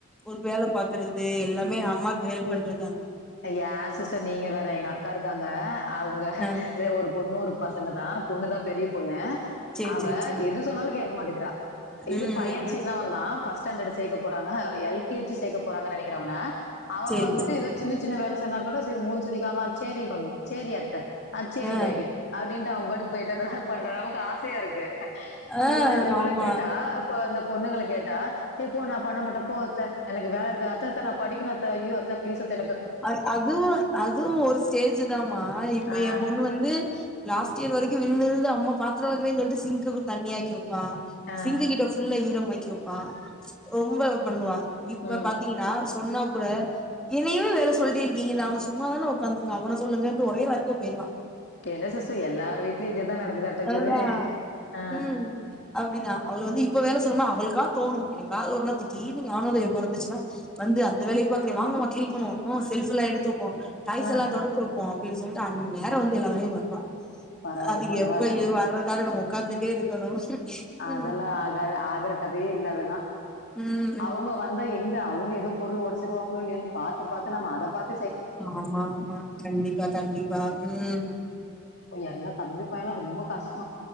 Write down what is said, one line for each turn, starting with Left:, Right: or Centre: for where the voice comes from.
Centre: ஒரு வேல பாக்குற து எல்லாமே அம்மாக்கு ஹெல்ப் பண்றத்
Left: அ யா சிஸ்டர் நீங்க வேற எங்க அக்கா இருக்காங்க அவ் ங்க
Centre: ஆ
Left: ஒரு பொண்ணு ஒரு பசங்க தா பொண்ணு தா பெரிய பொண்ணு
Centre: சேரி
Left: அவ
Centre: சேரி சேரி
Left: எது சொன்னாலு கே க்க மாட்டிகிறா இது
Centre: ம்
Left: பைய
Centre: ம்
Left: சின்னவந்தா ஃபஸ்ட் ஸ்டாண்டடு சேக்கப் போறாங்க எல் கே ஜி சேக்கப் போறாங்க நெனக்கிற அவன அவ
Centre: சேரி
Left: வந்துட்டு
Centre: சேரி
Left: எதோ ன வேல சொன்னாக கூட ச மூஞ் சுலிக்காம சேரி மம்மி சேரி அத்த அ சேரி
Centre: ஆ
Left: டேடி அப்டின்ட்டு அவ பாட்டுக்கு போய்ட்டு அதல்லா பண்றா அமக்கு ஆசையாருக்கு
Centre: ஆ
Left: இவள இவள
Centre: ஆமா
Left: கேட்டா இப்போ அந்த பொண்ணுங்கள கேட்டா எ போ நா பண்ண மாட்ட போ அத்த எனக்கு வேல இருக்கு அத்த அத்த நா படிக்கினு அத்த அய்யோ அத்த ப்ளீஸ் அத்
Centre: அத் அதுவு அதுவு ஒரு ஸ்டேஜு தாமா இப்போ
Left: ஆஹ்
Centre: ஏ பொண்ணு வந்து கு லாஸ்ட்டியர் வரைக்கு‌ விழ்ந்து விழ்ந்து அம்மா பாத்ரோ‌ வெலக்குவேன் சொல்ட்டு சிங்க்குவு தண்ணியாக்கிவு வா
Left: ஆஹ்
Centre: சிங்கு கிட்ட ஃபுல்லா இ ரமாக்கி வெப்பா ரொம்ப பண்ணுவா இப்ப
Left: உம்
Centre: பாத்தீங்கனா சொன்னாக் கூட என்னய்வே வேல சொல்டு இர்க்கீங்க த அவ சும்மாதான உக்காந்துருக்கா அவன சொல்லுங்கன்டு ஒரே வார்த்தைல போயிற்லா
Left: என்ன சிஸ்டர் எல்லார் வீட்லயும் இதேதான் நடக்குதாட்டங்குது
Centre: அதுதா
Left: ஆஹ்
Centre: ம் அப்டிதா அவுளு வந்து இப்ப வேல சொன்னோனா அவள்கா தோணு எனைக்காது ஒரு நா தீடீர்னு ஞானோதய பொறந்துச்னா வந்து அந்த வேலைய பாக்குறே வாங்கமா க்ளீன் பண்ணுவோ மா செல்ஃபுல்லா எடுத்து வப் போ டைல்ஸ்
Left: ஆஹ்
Centre: எல்லா தொடச்சி வப் போ அப்டின் சொல்ட்டு அந் நேர வந்து எல்லா வேலயுபாப்பா
Left: பரவாயில்ல
Centre: அது
Left: பரவாயில்ல
Centre: எப்பயு வர்ரத்காக நமோ உக்காந்துட்டே இருக்கணு
Left: அதல்ல
Centre: ம்
Left: ஆகாது ஆகுற கத் வே இல்ல அதல்லா
Centre: ம் ம்
Left: அவுங்க வந்தா எங்க அவுங்க எப் த பொருள் ஒடச்சிருவாங்களோ இல்லயோன்னு பாத்து பாத்து நம்ம அத பாத்
Centre: ஆமா ஆமா கண்டிப்பா கண்டிப்பா உம்.
Left: எங்க தம்பி பயலாம் ரொம்ப. கஷ்டம்.